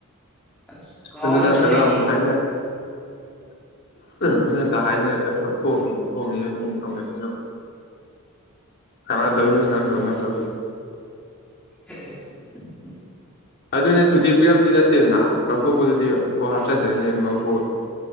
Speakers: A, in the centre; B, on the left.
A: ꯑꯁ ꯀꯥꯎꯔ
B: ꯑꯗꯨ ꯅꯠꯇ꯭ꯔꯒ
A: ꯆꯪꯉꯛꯏꯅꯦꯃꯤ
B: ꯑꯃꯨꯛ ꯍꯥꯏꯅ ꯑꯗꯨꯅꯠꯇ ꯍꯥꯏꯅꯔꯒ ꯂꯧꯊꯣꯛꯑꯝꯃꯤ ꯂꯧꯊꯣꯛ ꯇꯧꯅꯗꯤ ꯌꯦꯡꯉꯨ ꯀꯅꯥꯅꯥ
A: ꯈꯪꯗꯦ
B: ꯇꯧꯔꯤꯅꯣ ꯀꯩꯁꯨ ꯀꯅꯥꯗꯣ ꯅꯠꯇꯕꯗꯣ
A: ꯍꯦ
B: <inaudible>
A: ꯍꯦ
B: ꯑꯗꯨꯅꯦ ꯊꯨꯗꯦꯛ ꯄꯤꯔꯝꯗꯤ ꯅꯠꯇꯦꯗꯅ ꯂꯧꯊꯣꯛꯄꯗꯨꯗꯤ ꯀꯣꯛ ꯍꯥꯞꯆꯤꯟꯖꯔꯅꯤ
A: ꯑꯥ
B: ꯑꯗꯨꯝ ꯂꯧꯊꯣꯛꯑꯒ